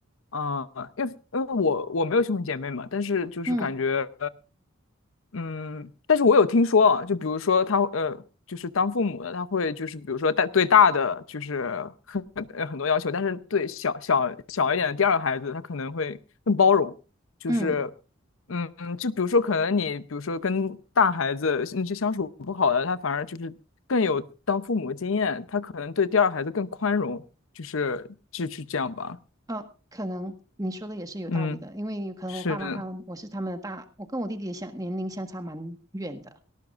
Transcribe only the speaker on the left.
嗯、因为因为我我没有兄弟姐妹嘛，但是就是感觉
嗯，但是我有听说啊，就比如说他呃，就是当父母的他会就是比如说大对大的就是很呃很多要求，但是对小小小一点的第二个孩子他可能会更包容，就是
嗯嗯，就比如说可能你比如说跟大孩子那些相处不好的，他反而就是更有当父母的经验，他可能对第二孩子更宽容，就是就是这样吧。
嗯，
是的